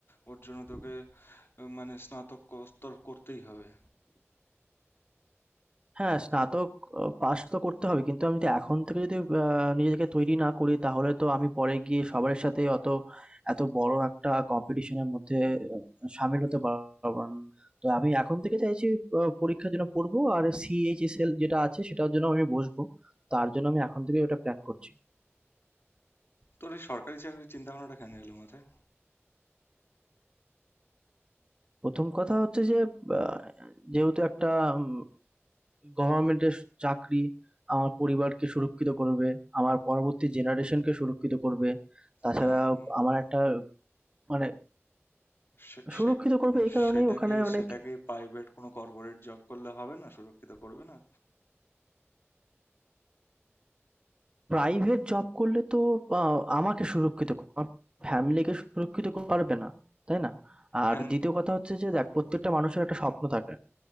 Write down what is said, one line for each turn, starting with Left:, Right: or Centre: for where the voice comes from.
Left: ওর জন্য তোকে আহ, মানে স্নাতক স্তর করতেই হবে
Right: হ্যাঁ, স্নাতক আ পাস তো করতে হবে। কিন্তু আমি যদি এখন থেকে যদি আ নিজেকে তৈরি না করি তাহলে তো আমি পরে গিয়ে সবার সাথে অত এত বড় একটা কম্পিটিশন এর মধ্যে আ শামিল হতে পারব না। তো আমি এখন থেকে চাইছি আ পরীক্ষার জন্য পড়বো আর CHSL যেটা আছে সেটার জন্য আমি বসবো। তার জন্য আমি এখন থেকেই ওটা প্ল্যান করছি।
Left: তোর এই সরকারি চাকরির চিন্তা ভাবনাটা কেন এলো মাথায়
Right: ১ম কথা হচ্ছে যে আ যেহেতু একটা উম গভর্নমেন্টের চাকরি আমার পরিবারকে সুরক্ষিত করবে, আমার পরবর্তী জেনারেশনকে সুরক্ষিত করবে। তাছাড়া
Left: কেন
Right: আমার একটা মানে
Left: সে-
Right: সুরক্ষিত
Left: সে-
Right: করবে এই কারণেই
Left: সেটা
Right: ওখানে
Left: কি
Right: অনেক
Left: সেটাকে প্রাইভেট কোনো কর্পোরেট জব করলে হবে না সুরক্ষিত করবে না
Right: প্রাইভেট জব করলে তো আ আমাকে সুরক্ষিত ক আমার ফ্যামিলিকে সুরক্ষিত করতে পারবে না, তাই না? আর
Left: কেন
Right: দ্বিতীয় কথা হচ্ছে যে দেখ প্রত্যেকটা মানুষের একটা স্বপ্ন থাকে,